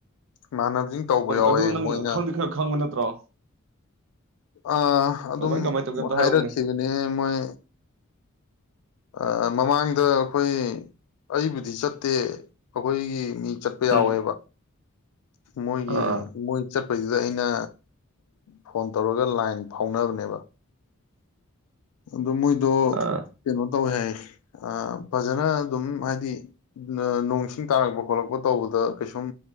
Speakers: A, on the left; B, on the right.
A: ꯏꯃꯥꯟꯅꯕꯁꯤꯡ ꯇꯧꯕ ꯌꯥꯎꯋꯦ
B: ꯑꯗꯨ ꯅꯪ
A: ꯃꯣꯏꯅ
B: ꯈꯪꯗꯤ ꯈꯔ ꯈꯪꯕ ꯅꯠꯇ꯭ꯔꯣ <unintelligible>
A: ꯑ ꯑꯗꯨꯝ
B: ꯀꯃꯥꯏ ꯀꯃꯥꯏ ꯇꯧꯒꯦ ꯑꯝꯇ
A: ꯍꯥꯏꯔꯛꯈꯤꯕꯅꯦ
B: ꯍꯥꯏꯔꯛꯎꯅꯦ
A: ꯃꯣꯏ ꯑꯥ ꯃꯃꯥꯡꯗ ꯑꯩꯈꯣꯏ ꯑꯩꯕꯨꯗꯤ ꯆꯠꯇꯦ ꯑꯩꯈꯣꯏꯒꯤ ꯃꯤ ꯆꯠꯄ ꯌꯥꯎꯋꯦꯕ
B: ꯎꯝ
A: ꯃꯣꯏꯒꯤ
B: ꯑꯥ
A: ꯃꯣꯏ ꯆꯠꯄꯁꯤ ꯑꯗꯨꯗ ꯑꯩꯅ ꯐꯣꯟ ꯇꯧꯔꯒ ꯂꯥꯏꯟ ꯐꯥꯎꯅꯕꯅꯦꯕ ꯑꯗꯣ ꯃꯣꯏꯗꯣ
B: ꯑꯥ
A: ꯀꯣ ꯇꯧꯋꯦ ꯍꯥꯏ ꯐꯖꯅ ꯑꯗꯨꯝ ꯍꯥꯏꯗꯤ ꯅꯣꯡꯁꯤꯡ ꯇꯥꯔꯛꯄ ꯈꯣꯠꯂꯛꯄ ꯇꯧꯕꯗ ꯀꯩꯁꯨꯝ